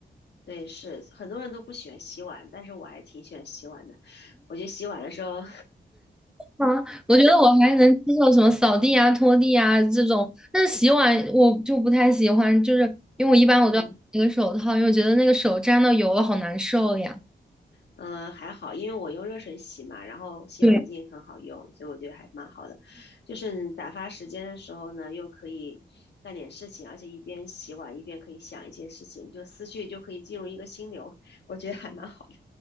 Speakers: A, on the left; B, in the centre.
A: 对，是很多人都不喜欢洗碗，但是我还挺喜欢洗碗的。我觉得洗碗的时候，
B: 啊，我觉得我还能接受什么扫地啊、拖地啊这种，但是洗碗我就不太喜欢，就是因为我一般我都要戴一个手套，
A: 嗯
B: 因为我觉得那个手沾到油了好难受呀。
A: 嗯、呃还好，因为我用热水洗嘛，然后洗碗巾也很好用，
B: 对，
A: 所以我觉得还蛮好的。就是你打发时间的时候呢，又可以干点事情，而且一边洗碗一边可以想一些事情，就思绪就可以进入一个心流，我觉得还蛮好的。